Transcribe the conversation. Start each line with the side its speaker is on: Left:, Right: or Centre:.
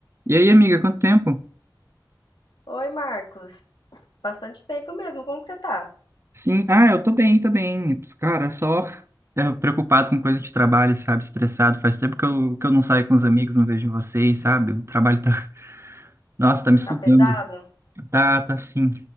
Right: E aí, amiga, quanto tempo?
Left: Oi, Marcos. Bastante tempo mesmo. Como que você tá?
Right: Sim, ah, eu tô bem, tô bem. Cara, só é, preocupado com coisa de trabalho, sabe? Estressado. Faz tempo que eu, que eu não saio com os amigos, não vejo vocês, sabe? O trabalho tá, <laughs> nossa, tá me sugando.
Left: Tá pesado?
Right: Tá, tá sim.